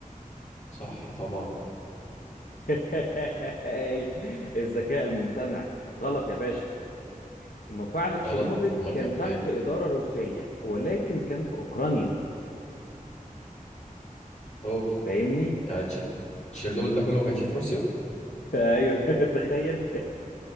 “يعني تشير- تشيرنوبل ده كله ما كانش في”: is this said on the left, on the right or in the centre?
Left